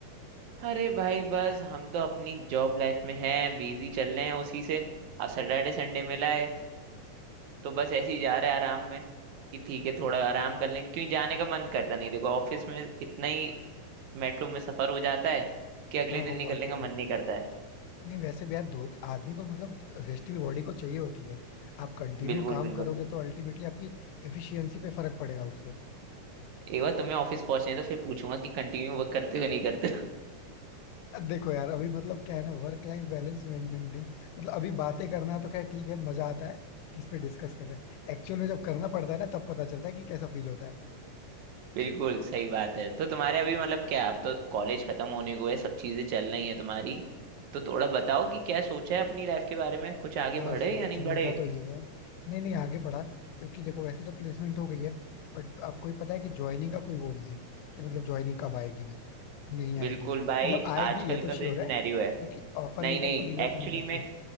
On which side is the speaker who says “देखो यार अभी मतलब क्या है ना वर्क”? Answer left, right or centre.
Left